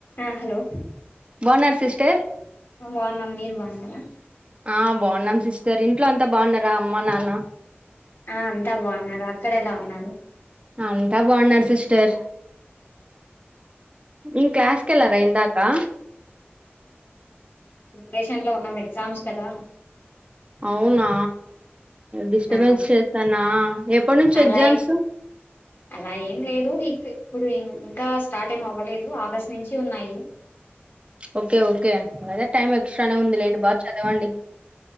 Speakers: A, on the left (about 60°); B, on the right (about 30°).
A: ఆ హలో
B: బావున్నర సిస్టర్
A: బావున్నాం మీరు బావున్నర
B: ఆ బాగున్నాం సిస్టర్ ఇంట్లో అంతా బాగున్నారా అమ్మ నాన్న
A: అంతా బాగున్నారు అక్కడ ఎలా ఉన్నారు
B: అంతా బాగున్నారు సిస్టర్ ఇంగ్ క్లాస్ కెళ్లారా ఇందాకా
A: ప్రిపేషన్లో ఉన్నాం ఎగ్జామ్స్ కదా
B: అవునా డిస్టర్బెన్స్
A: ఆ
B: చేసానా ఎప్పటి నుంచి
A: అలా
B: ఎగ్జామ్స్
A: అలా ఏం లేదు ఇ ఇప్పుడు ఇంకా స్టార్ట్ ఏం అవ్వలేదు ఆగస్టు నుంచి ఉన్నాయి
B: ఓకే ఓకే అలాగే టైమ్ ఎక్స్ట్రానే ఉందిలేండి బా చదవండి